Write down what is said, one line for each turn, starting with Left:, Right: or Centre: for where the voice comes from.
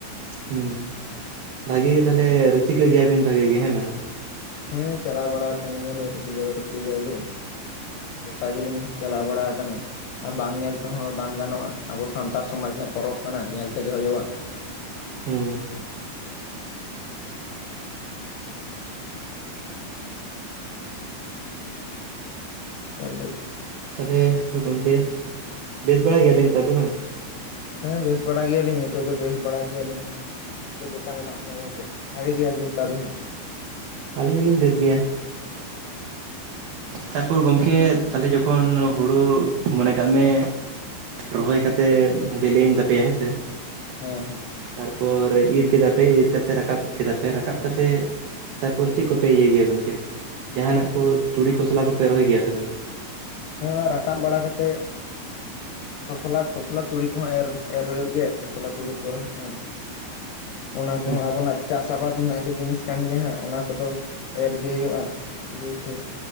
Right: ᱦᱩᱸ, ᱵᱷᱟᱜᱮ ᱜᱮ ᱛᱟᱦᱚᱞᱮ ᱨᱩᱥᱤᱠᱟ ᱜᱮᱭᱟ ᱵᱤᱱ ᱵᱷᱟᱜᱮ ᱜᱮ, ᱦᱮᱸ ᱵᱟᱝ!
Left: ᱦᱮᱸ, ᱪᱟᱞᱟᱣ ᱵᱟᱲᱟ ᱟᱠᱟᱱ ᱜᱮᱭᱟ ᱞᱤᱧ ᱨᱩᱥᱤᱠᱟ ᱫᱚ ᱨᱩᱥᱤᱠᱟ ᱜᱮ ᱾ ᱜᱚᱴᱟ ᱜᱮ ᱞᱤᱧ ᱪᱟᱞᱟᱣ ᱵᱟᱲᱟ ᱟᱠᱟᱱᱟ‌ ᱾ ᱟ ᱵᱟᱝ ᱧᱮᱞ ᱛᱮᱦᱚᱸ ᱵᱟᱝ ᱜᱟᱱᱚᱜᱼᱟ ᱟᱵᱚ ᱥᱟᱱᱛᱟᱲ ᱥᱚᱢᱟᱡᱽ ᱨᱮᱱᱟᱜ ᱯᱚᱨᱚᱵᱽ ᱠᱟᱱᱟ ᱧᱮᱞ ᱛᱮᱜᱮ ᱦᱩᱭᱩᱜᱼᱟ ᱾
Right: ᱦᱩᱸ
Left: ᱛᱟᱦᱚᱞᱮ
Right: ᱛᱟᱦᱚᱞᱮ ᱜᱚᱢᱠᱮ ᱵᱮᱥ ᱵᱟᱲᱟ ᱜᱮᱭᱟ ᱵᱤᱱ ᱛᱚ ᱟᱫᱚ ᱵᱟᱝ?
Left: ᱦᱮᱸ ᱵᱮᱥ ᱵᱟᱲᱟ ᱜᱮᱭᱟ ᱞᱤᱧ, ᱱᱤᱛᱚᱜ ᱫᱚ ᱵᱮᱥ ᱵᱟᱲᱟ ᱜᱮᱭᱟ ᱞᱤᱧ ᱾ ᱟᱹᱵᱤᱱ ᱜᱮ ᱪᱮᱫᱠᱟ ᱢᱮᱱᱟᱜ ᱵᱤᱱᱟ ᱜᱚᱝᱠᱮ, ᱵᱷᱟᱜᱮ ᱜᱮᱭᱟ ᱵᱤᱱ ᱛᱚ ᱟᱹᱵᱤᱱ ᱦᱚᱸ?
Right: ᱟᱹᱞᱤᱧ ᱦᱚᱸᱞᱤᱧ ᱵᱮᱥ ᱜᱮᱭᱟ᱾
Left: <inaudible>
Right: ᱛᱟᱨᱯᱚᱨ ᱜᱚᱢᱠᱮ ᱛᱟᱦᱚᱞᱮ ᱡᱚᱠᱷᱚᱱ ᱦᱩᱲᱩ ᱢᱚᱱᱮ ᱠᱟᱜ ᱢᱮ ᱨᱚᱦᱚᱭ ᱠᱟᱛᱮ ᱵᱮᱞᱮᱭᱮᱱ ᱛᱟᱯᱮᱭᱟ, ᱦᱮᱸ ᱥᱮ ᱾
Left: ᱦᱮᱸ, ᱦᱮᱸ ᱾
Right: ᱛᱟᱨᱯᱚᱨ ᱤᱨ ᱠᱮᱫᱟ ᱯᱮ, ᱤᱨ ᱠᱟᱛᱮ ᱨᱟᱠᱟᱵ ᱠᱮᱫᱟ ᱯᱮ, ᱨᱟᱠᱟᱵ ᱠᱟᱛᱮ ᱛᱟᱨᱯᱚᱨ ᱪᱮᱜ ᱠᱚᱯᱮ ᱤᱭᱟᱹᱭ ᱜᱮᱭᱟ ᱜᱚᱝᱠᱮ? ᱡᱟᱦᱟᱱᱟᱜ ᱠᱚ ᱛᱩᱲᱤ ᱠᱚᱥᱞᱟ ᱠᱚᱯᱮ ᱨᱚᱦᱚᱭ ᱜᱮᱭᱟ ᱥᱮ ᱵᱟᱝ?
Left: ᱦᱮᱸ, ᱚᱱᱟ ᱨᱟᱠᱟᱵ ᱵᱟᱲᱟ ᱠᱟᱛᱮᱜ ᱠᱷᱚᱥᱞᱟ ᱠᱷᱚᱥᱞᱟ ᱛᱩᱲᱤ ᱠᱚᱦᱚᱸ ᱮᱨ ᱮᱨ ᱦᱩᱭᱩᱜ ᱜᱮᱭᱟ ᱠᱷᱚᱥᱞᱟ ᱛᱩᱲᱤ ᱠᱚᱨᱮ ᱦᱚᱸ, ᱚᱱᱟ ᱠᱚᱦᱚᱸ
Right: ᱦᱩᱸ
Left: ᱟᱵᱚᱱᱟᱜ? ᱪᱟᱥ ᱟᱵᱟᱫ ᱨᱮᱱᱟᱜ ᱜᱮ ᱡᱤᱱᱤᱥ ᱠᱟᱱ ᱜᱮᱭᱟ ᱦᱟᱸᱜ ᱚᱱᱟ ᱠᱚᱫᱚ ᱮᱨ ᱜᱮ ᱦᱩᱭᱩᱜᱼᱟ ᱡᱮᱦᱮᱛᱩ,